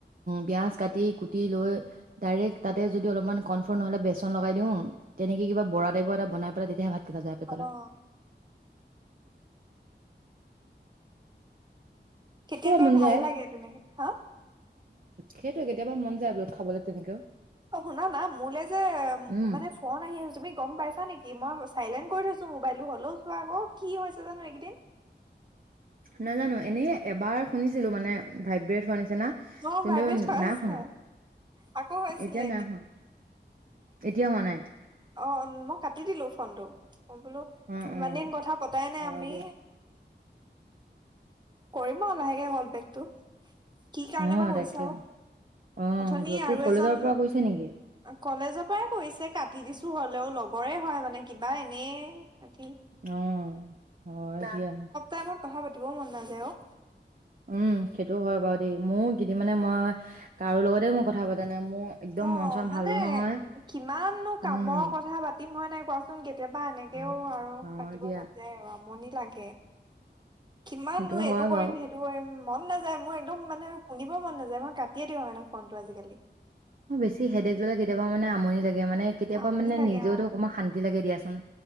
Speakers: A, on the right; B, on the right.
A: পিয়াজ কাটি -কুটি লৈ ডাইৰেক্ট তাতে যদি অলপমান কনফৰ্ম নহ'লে বেচন লগাই দিওঁ- তেনেকে কিবা বৰা টাইপৰ এটা বাই পেলাই তেতিয়াহে ভাত কেইটা যায় পেটলে
B: অহ কেতিয়াবা
A: মন
B: ভাল
A: যায়।
B: লাগে তেনেকে হা
A: সেটোৱে কেতিয়াবা মন যায় গৈ খাবলে তেনেকে
B: অহ শুনা না মোলৈ যে
A: উম
B: মানে ফোন আহি আছে তুমি গম পাইছা নেকি? কি মই চাইলেণ্ট কৰি থৈছো মোবাইলটো হ'লেও চোৱা আকৌ কি হৈছে জানো এইকেইদিন।
A: নাজানো এনে এবাৰ শুনিছিলো মানে। ভাইব্ৰেণ্ট হোৱা নিচি জানা
B: অ
A: কিন্তু
B: ভাইব্ৰেট হৈছে
A: নাই। শুনা
B: আকৌ হৈছিলে
A: এতিয়া নাই হোৱা এতিয়া হোৱা নাই।
B: অহ, মই কাটি দিলো ফোনটো। মই বোলো
A: অ
B: ইমান
A: অ
B: দিন কথা পতাই নাই
A: অ
B: আমি।
A: দিয়া
B: কৰিম আৰু লাহেকে কল বেকটো কি কাৰণে
A: অ
B: বা কৈছা
A: তাকে
B: আও
A: অ
B: অথনি
A: সেইটো আকৌ
B: আৰু
A: কলেজৰ
B: এজন
A: পৰা কৈছে নেকি
B: কলেজৰ পৰাই কৰিছে কাটি দিছো হ'লেও লগ গৰে হয় মানে কিবা এনেব
A: অ হয় দিয়া
B: টাইমত কথা পাতিবও মন নাযায় অ
A: উম সেইটো হয় বাৰু দেই। মোৰ কিদ মানে মই কাৰো লগতে মোৰ কথা পতা নাই। মোৰ একদম
B: অ
A: মন চন
B: মানে
A: ভালো নহয়
B: কিমাননো কামৰ
A: উম
B: কথা পাতিম হয় নাই কোৱাচোন কেতিয়াবা এনে তেও আৰু
A: অ
B: পাতিব
A: দিয়া
B: মন যায় আৰু আমনিত লাগে কিমাননো
A: সেইটো
B: এইটো
A: হয়
B: কৰিম
A: বাৰু
B: সেইটো কৰিম মন মন নাযায় মোৰ একদম মানে শুনিব মন নাযায় মই কাটিয়ে দিওঁ মানে ফোনটো আজিকালি
A: ম বেছি <unintelligible> কেতিয়াবা মান আমনি লাগে মানে কেতিয়াবা
B: আমনি
A: মানে
B: লাগে
A: নিজেওতো
B: অ
A: অকমান শান্তি লাগে দিয়াচোন